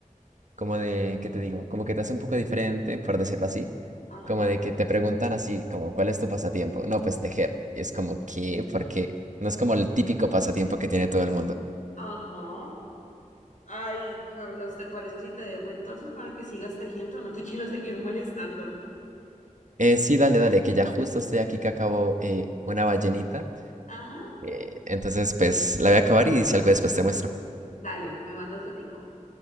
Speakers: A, on the right; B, on the left.
A: como de, ¿qué te digo? Como que te hace un poco diferente, por decirlo así.
B: ajá,
A: Como de que te preguntan así, como, ¿cuál es tu pasatiempo? No, pues tejer. Y es como, ¿qué? ¿Por qué? No es como el típico pasatiempo que tiene todo el mundo.
B: ajá. Ay, Carlos, ¿te parece si te dejo entonces para que sigas tejiendo? No te <laughs> quiero seguir molestando.
A: Eh, sí, dale, dale, que ya justo estoy aquí que acabo eh, una ballenita.
B: Ajá.
A: Eh, entonces, pues la voy a acabar y si algo después te muestro.
B: Dale, me mandas fotico.